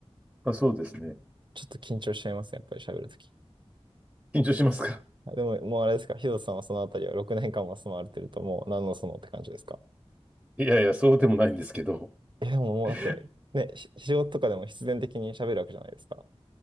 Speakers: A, in the centre; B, on the right.
A: あ、そうですね。
B: ちょっと緊張しちゃいますね、やっぱり喋るとき。
A: 緊張しますか
B: でも、もうあれですか、ヒロさんはそのあたりは6年間も住まわれてると、もう何のそのって感じですか。
A: <laughs> いやいや、そうでもないんですけど。
B: え、でももうだって、
A: <laughs>
B: ね、し仕事とかでも必然的に喋るわけじゃないですか。